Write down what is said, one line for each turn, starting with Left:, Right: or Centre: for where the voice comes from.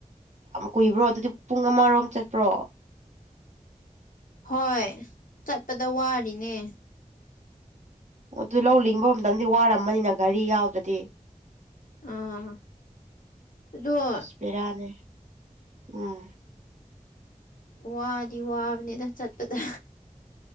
Right: ꯀꯨꯏꯕ꯭ꯔꯣ ꯑꯗꯨꯗꯤ ꯄꯨꯡ ꯑꯃꯔꯣꯝ ꯆꯠꯄ꯭ꯔꯣ
Left: ꯍꯣꯏ ꯆꯠꯄꯗ ꯋꯥꯔꯤꯅꯦ
Right: ꯑꯣ ꯑꯗꯨ ꯂꯧ ꯂꯤꯡꯕ ꯃꯇꯝꯗꯤ ꯋꯥꯔꯝꯃꯅꯤꯅ ꯘꯔꯤ ꯌꯥꯎꯗꯗꯤ
Left: ꯑ ꯑꯗꯨꯣ
Right: ꯄꯔꯅꯦ ꯎꯝ
Left: ꯋꯥꯗꯤ ꯋꯥꯕꯅꯤꯅ ꯆꯠꯄꯗ